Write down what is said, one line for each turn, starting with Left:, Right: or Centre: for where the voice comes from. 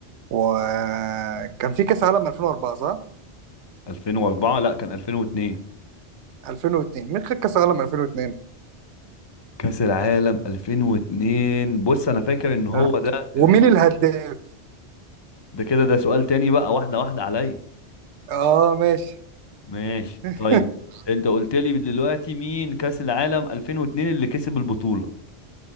Right: و كان في كأس عالم 2004 صح؟
Left: 2004 لا كان 2002
Right: 2002 مين خد كأس العالم 2002
Left: كأس العالم 2002 بص انا فاكر ان هو
Right: آه.
Left: ده
Right: ومين
Left: ال...
Right: الهداف؟
Left: ده كده ده سؤال تاني بقى واحدة واحدة عليا
Right: اه ماشي
Left: ماشي
Right: <laughs>
Left: طيب انت قلت لي دلوقتي مين كأس العالم 2002 اللي كسب البطولة